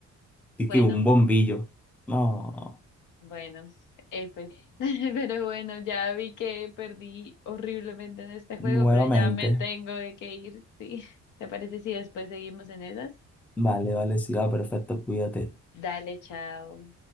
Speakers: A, in the centre; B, on the left.
A: y
B: Bueno.
A: que un bombillo. No,
B: Bueno, eh, pues, <laughs> pero bueno, ya vi que perdí horriblemente en este
A: nuevamente.
B: juego, pero ya me tengo de que ir, ¿sí? <laughs> ¿Te parece si después seguimos en esas?
A: Vale, vale, sí, va, perfecto, cuídate.
B: Dale, chao.